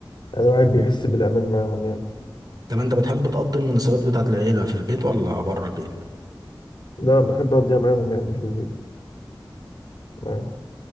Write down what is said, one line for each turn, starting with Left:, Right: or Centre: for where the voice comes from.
Left: يعني الواحد بيحس بالأمان معاهم يعني
Right: طب انت بتحب تقضي المناسبات بتاعت العيله في البيت ولا بره البيت
Left: ده بحب أقضيها معاهم يعني في البيت معاهم.